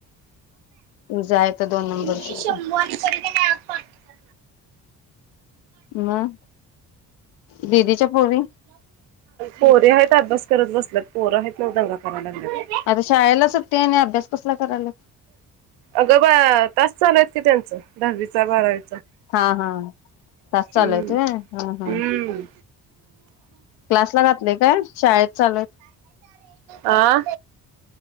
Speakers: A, on the left; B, on the right.
A: तुझा आहे तर दोन नंबरचीच
B: मी सोमवारी करतो ना पार्टी
A: मग दिदीच्या पोरी
B: पोरी हायत बस करत बसलेत पोर आहेत ना दंगा कराय लागल्या
A: आता शाळेला सुट्टी आणि अभ्यास कसला करायल्या
B: अग बा तास चालूयत की त्यांच दहावीच बारावी
A: हा हा तास चालू
B: हम्म
A: आहेत होय हा हा
B: हम्म
A: क्लासला जातं नाही का शाळेत चालूय
B: आ